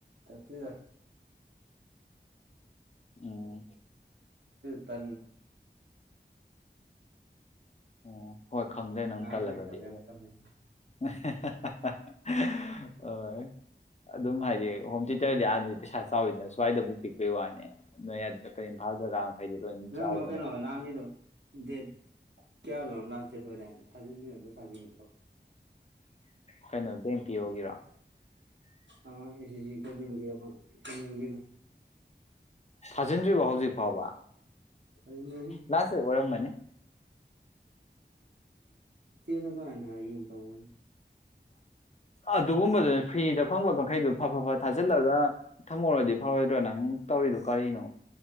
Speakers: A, on the right (about 75°); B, on the left (about 40°).
A: ꯆꯦꯗ
B: ꯎꯝ
A: ꯇ
B: ꯑꯣ ꯍꯣꯏ ꯈꯪꯗ꯭ꯔꯦ ꯅꯪ
A: ꯑꯉꯥꯡ
B: ꯇꯜꯂꯒꯗꯤ
A: ꯂꯥꯏꯔꯤꯛ ꯇꯝꯕ
B: ꯑꯗꯨꯝ
A: ꯌꯥꯝ ꯇꯜꯂꯦ
B: <unintelligible> ꯍꯣꯏ ꯑꯗꯨꯝ ꯍꯥꯏꯗꯤ ꯍꯣꯝ ꯊꯤꯦꯇꯔꯗꯤ ꯑꯥꯗꯗꯤ ꯄꯩꯁꯥ ꯆꯥꯎꯋꯤꯗꯅꯁꯨ ꯁ꯭ꯋꯥꯏꯗꯕꯨ ꯄꯤꯛꯄꯩ ꯋꯥꯅꯦ ꯅꯣꯏ ꯀ ꯏꯝꯐꯥꯜ ꯖꯒꯥ ꯃꯈꯩꯗꯤ ꯂꯣꯏꯅ
A: ꯅꯣꯏ
B: ꯆꯥꯎꯕꯅꯦꯕ
A: ꯑꯃ ꯀꯩꯅꯣ ꯅꯍꯥꯟꯒꯤꯗꯣ ꯗꯦꯠ ꯀꯌꯥꯅꯣ ꯂꯥꯁ ꯗꯦꯠ ꯑꯣꯏꯗꯥꯗ ꯊꯥꯖꯤꯟꯗ ꯊꯥꯖꯤꯟ
B: ꯀꯩꯅꯣ ꯕꯦꯡꯛ ꯄꯤ ꯑꯣꯏꯒꯤꯔꯣ
A: ꯑꯃꯥ ꯑꯦꯁꯤꯁꯤ ꯀ‌ꯣꯆꯤꯡꯒꯤ ꯑꯝꯃꯤꯌ‌ꯨ ꯒꯤꯗꯨ
B: ꯊꯥꯖꯤꯟꯗ꯭ꯔꯤꯕ ꯍꯧꯖꯤꯛ ꯐꯥꯎꯕ
A: ꯑꯗꯨꯅꯗꯤ
B: ꯂꯥꯁꯇ ꯑꯣꯏꯔꯝꯕꯅꯤ
A: ꯇꯅꯗ ꯍꯥꯏꯅ ꯍꯥꯏꯒꯨ ꯇꯧꯕꯅꯤ
B: ꯑꯗꯨꯒꯨꯝꯕꯗꯨꯅ ꯐ꯭ꯔꯤꯗ ꯐꯪꯕ ꯀꯥꯡꯈꯩꯗꯨꯣ ꯐ ꯐ ꯐ ꯊꯥꯖꯤꯜꯂꯒ ꯊꯝꯃꯧꯔꯗꯤ ꯐꯥꯎꯔꯣꯏꯗ꯭ꯔꯥ ꯅꯪ ꯇꯧꯔꯤꯗꯨꯣ ꯀꯔꯤꯅꯣ